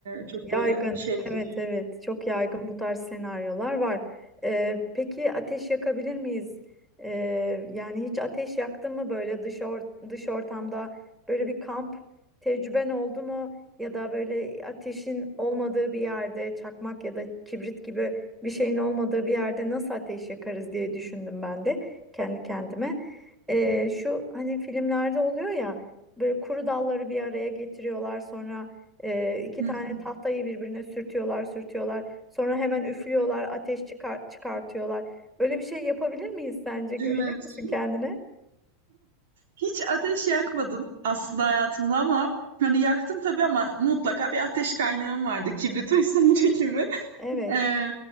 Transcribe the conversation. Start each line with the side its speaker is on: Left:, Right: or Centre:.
Right: çok
Centre: Yaygın.
Right: böyle şey kalıyor.
Centre: Evet evet. Çok yaygın bu tarz senaryolar var. Ee, peki ateş yakabilir miyiz? Ee, yani hiç ateş yaktın mı böyle dış or dış ortamda böyle bir kamp tecrüben oldu mu? Ya da böyle ateşin olmadığı bir yerde çakmak ya da kibrit gibi bir şeyin olmadığı bir yerde nasıl ateş yakarız diye düşündüm ben de kendi kendime. Ee, şu hani filmlerde oluyor ya böyle kuru dalları bir araya getiriyorlar sonra. Ee, iki
Right: Hı
Centre: tane
Right: hı.
Centre: tahtayı birbirine sürtüyorlar, sürtüyorlar. Sonra hemen üflüyorlar, ateş çıkar çıkartıyorlar. Böyle bir şey yapabilir miyiz sence? Güveniyor
Right: Evet.
Centre: musun kendine?
Right: Hiç ateş yakmadım aslında hayatımda ama hani yaktım tabii ama mutlaka bir ateş kaynağım vardı. Kibrit vesaire <laughs> gibi.
Centre: Evet.
Right: Ee,